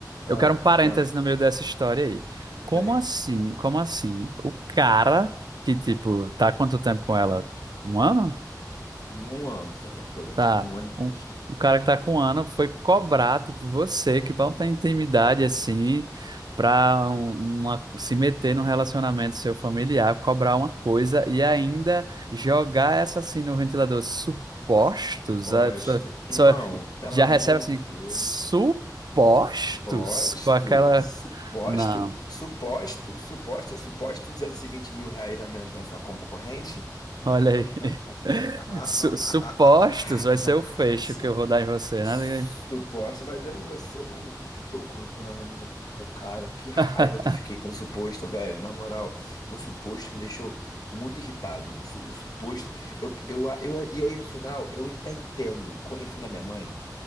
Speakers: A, on the left (about 60°); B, on the right (about 70°).
A: Ah,
B: Eu quero um parêntese
A: ah,
B: no meio dessa história aí. Como
A: vem.
B: assim? Como assim? O cara que, tipo, tá há quanto tempo com ela? Um ano?
A: num ano, você acertou. É
B: Tá.
A: tipo um ano e pouquinho.
B: Um, um cara que tá com ano foi cobrar, tipo, você, que não tem intimidade assim, pra um- uma, se meter num relacionamento seu familiar, cobrar uma coisa e ainda jogar essa assim no ventilador. Supostos?
A: Posto.
B: A pessoa só
A: Irmão, pelo
B: já
A: amor
B: recebe assim,
A: de Deus.
B: supostos?
A: Posto,
B: Com aquela.
A: suposto,
B: Não,
A: suposto, suposto, É suposto 220 mil reais a menos na sua conta corrente? <laughs>
B: olha aí. <laughs> Su- supostos vai ser o fecho que eu vou dar em você,
A: Suposto,
B: né?
A: mas deu você um soco na, na, na sua cara. Que raiva
B: <laughs>
A: que eu fiquei com o suposto, velho. Na moral, o suposto me deixou muito irritado. O, su- o suposto. Eu, eu, eu, eu, eu aí no final, eu até entendo, conhecendo a minha mãe,